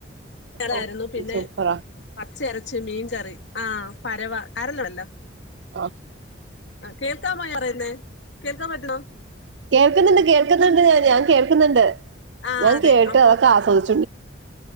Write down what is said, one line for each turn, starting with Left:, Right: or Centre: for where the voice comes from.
Left: റായിരുന്നു
Right: ഓ
Left: പിന്നെ
Right: സൂപ്പറാ
Left: പച്ച ഇരച്ചീ മീൻ കറി ആ പരവ കരണം എന്നാ
Right: ആ
Left: ആ കേൾക്കാമോ ഞാൻ പറയുന്നേ? കേൾക്കാൻ പറ്റുന്നോ?
Right: കേൾക്കുന്നുണ്ട് കേൾക്കുന്നുണ്ട് ഞാൻ ഞാൻ കേൾക്കുന്നുണ്ട്
Left: ആ
Right: ഞാൻ
Left: അതെ
Right: കേട്ട്
Left: അപ്പൊ
Right: അതൊക്കെ ആസ്വദിച്ചു.